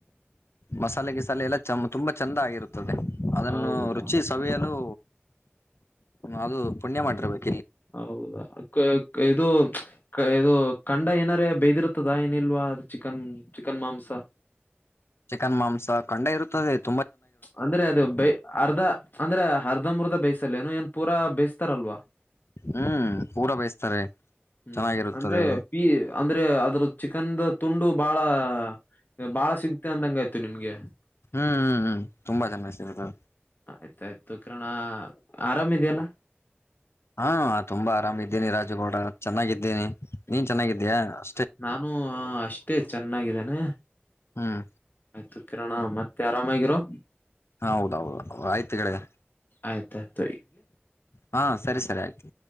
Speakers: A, on the left; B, on the left.
A: ಮಸಾಲೆ ಗಿಸಾಲೆ ಎಲ್ಲ ತುಂಬಾ ಚಂದ ಆಗಿರುತ್ತದೆ ಅದನ್ನು
B: ಹೌದಾ
A: ರುಚಿ ಸವಿಯಲು ಅದು ಪುಣ್ಯ ಮಾಡಿರ್ಬೇಕು. -
B: ಹೌದಾ, ಇದು, ಇದು ಖಂಡ ಏನಾರ ಬೇದಿರ್ತದ ಏನಿಲ್ವಾ ಚಿಕನ್- ಚಿಕನ್ ಮಾಂಸ. -
A: ಚಿಕನ್ ಮಾಂಸ ಕಂಡೆ ಇರುತ್ತದೆ. -
B: ಅಂದ್ರೆ ಅದು ಬೈ, ಅರ್ಧ ಅಂದ್ರೆ ಅರ್ಧ ಮರ್ಧ ಬೈಸಲ್ಲೇನು ಏನ್- ಪೂರ ಬ <unintelligible> -ಲ್ವಾ
A: ಹ್ಮ್ ಪೂರ ಬೇಯಿಸ್ತಾರೆ
B: ಹ್ಮ್
A: ಚೆನ್ನಾಗಿರುತ್ತದೆ
B: ಅಂದ್ರೆ ಪ ಅಂದ್ರೆ ಅದ್ರ ಚಿಕನ್ ತುಂಡು ಬಾಳ- ಬಾಳ ಸಿಗ್ತೆ ಅಂದಂಗ- ಇ ನಿಮ್ಗೆ <unintelligible>
A: ಹ್ಮ್, ಹ್ಮ್, ಹ್ಮ್ ತುಂಬಾ ಚೆನ್ನ
B: ಆಯ್ತಾಯ್ತು ಕಿರಣ ಆರಾಮಿದೆಯಲ್ಲ
A: ಹಾ ತುಂಬಾ ಆರಾಮ- ಎಲ್ಲಿ ರಾಜಗೌಡ. - ಚೆನ್ನಾಗಿದ್ದೇನೆ. ನೀನ್- ಚೆನ್ನಾಗಿದ್ಯಾ, -
B: ನಾನು ಅಷ್ಟೇ ಚೆನ್ನಾಗಿದ್ದೇನೆ
A: ಹ್ಮ್
B: ಆಯ್ತು. - ಕಿರಣ ಮತ್ತೆ ಆರಾಮಾಗಿರೋ., -
A: ಹ ಹೌದೌದು, ಆಯ್ತು ಗೆಳೆಯ. -
B: ಆಯ್ತು <unintelligible>
A: ಹಾ, ಸರಿ, ಸರಿ ಆಯ್ತು.